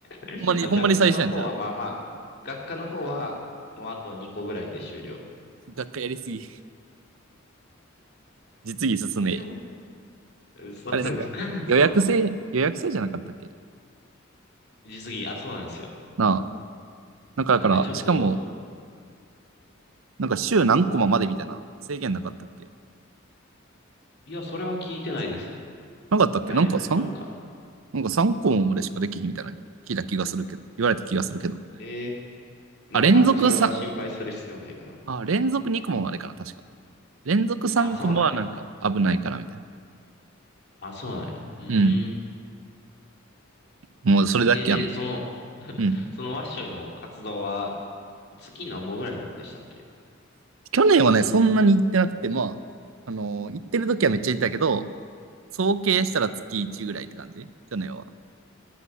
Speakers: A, on the left (about 55°); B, on the right (about 70°).
A: <laughs>
B: ほんまに、ほんまに最初やんじゃあ。
A: 学科の方はまあまあ、学科の方はもうあと2個ぐらいで終了。
B: 学会やりすぎ。実技進めや。
A: <laughs> そうなんです。
B: あれなんか、予約制、
A: そうなんです。
B: 予約制じゃなかったっけ
A: 実技、あ、そうなんですよ。
B: なあ。なんかだから、
A: なんでちょっと、
B: しかも、なんか週何コマまでみたいな制限なかったっけ
A: いや、それは聞いてないです。
B: なかったっけなんか
A: ない、
B: 3?
A: あるかな
B: なんか3コマまでしかできひんみたいな聞いた気がするけど、言われた気がするけど。
A: ええまあ多分それは心配する必要ないかな。
B: あ、連続3、あ、連続2コマまでかな、確か。連続3コマはなんか危ないからみたいな。
A: あ、そうなんや。あ、そうなんや。うーん。
B: うん。もうそれだけやな。
A: え、で、その、<laughs>
B: うん。
A: そのワッショイの活動は、月何本ぐらいでしたっけ
B: 去年はね、そんなに行ってなくて、まあ、あのー行ってる時はめっちゃ行ったけど、総計したら月1ぐらいって感じ去年は。
A: うん。